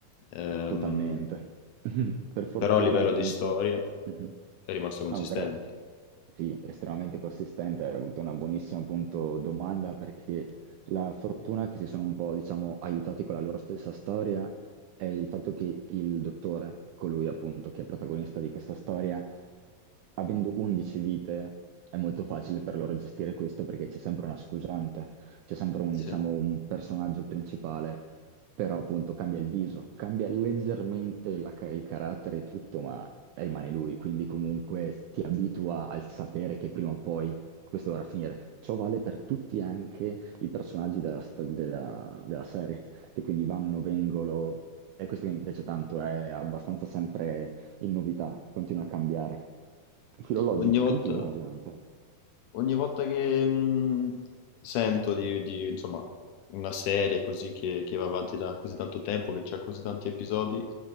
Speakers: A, on the left (about 75°); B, on the right (about 85°).
A: ehm,
B: Totalmente. <laughs> Per fortuna,
A: però a livello
B: appunto,
A: di storia
B: Mhm.
A: è rimasto consistente,
B: no, guarda, sì, estremamente consistente. Hai avuto una buonissima, appunto, domanda perché la fortuna che si sono un po', diciamo, aiutati con la loro stessa storia è il fatto che il dottore, colui appunto che è protagonista di questa storia, avendo 11 vite, è molto facile per loro gestire questo perché c'è sempre una scusante, c'è sempre un,
A: sì.
B: diciamo, un personaggio principale però appunto cambia il viso, cambia leggermente la ca- il carattere e tutto, ma rimane lui, quindi comunque ti abitua al sapere che prima o poi questo dovrà finire. Ciò vale per tutti anche i personaggi della, sto- della- della serie, che quindi vanno, vengono, e questo che mi piace tanto, è abbastanza sempre in novità, continua a cambiare. Filologico
A: Ogni volta...
B: continuo, ovviamente.
A: Ogni volta che mh, sento di, di, insomma, una serie così che, che va avanti da così tanto tempo, che ha così tanti episodi,